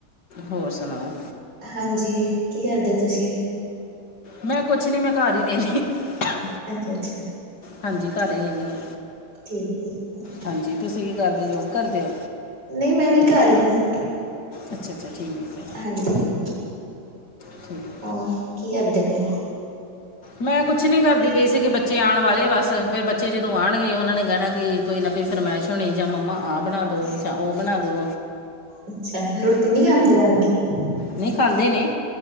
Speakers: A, on the left (about 75°); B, on the right (about 80°).
A: ਹੋਰ ਸੁਣਾਓ?
B: ਹਾਂਜੀ, ਕੀ ਕਰਦੇ ਓ ਤੁਸੀਂ?
A: ਮੈਂ ਕੁਛ ਨੀ ਮੈਂ ਘਰ ਈ ਰੈਨੀ <unintelligible>
B: ਅੱਛਾ -ਅੱਛਾ।
A: ਹਾਂਜੀ ਘਰੇ ਈ ਰੈਨੀ ਆ।
B: ਠੀਕ ਏ ਜੀ।
A: ਹਾਂਜੀ, ਤੁਸੀਂ ਕੀ ਕਰਦੇ ਜੋਬ ਕਰਦੇ ਓ?
B: ਨਈ ਮੈਂ ਵੀ ਘਰ ਈ,
A: ਅੱਛਾ ਅੱਛਾ ਠੀਕ ਹੈ
B: ਹਾਂਜੀ।
A: <unintelligible>
B: ਹੋਰ, ਕੀ ਕਰਦੇ ਪਏ ਓ?
A: ਮੈਂ ਕੁਛ ਨੀਂ ਕਰਦੀ ਪਈ ਸੀਗੀ ਬੱਚੇ ਆਣ ਵਾਲੇ ਬਸ ਫੇਰ ਬੱਚੇ ਜਦੋਂ ਆਣਗੇ ਓਨਾਂ ਨੇ ਕੈਣਾ ਕਿ ਕੋਈ ਨਾ ਕੋਈ ਫਰਮਾਇਸ਼ ਹੋਣੀ ਜਾਂ ਮੰਮਾ ਆਹ ਬਣਾ ਦੋ ਯਾਂ ਓ ਬਣਾ ਦੋ।
B: ਅੱਛਾ, ਰੋਟੀ ਨੀ ਖਾਂਦੇ ਆਣ ਕੇ?
A: ਨਹੀਂ ਖਾਂਦੇ ਨੇ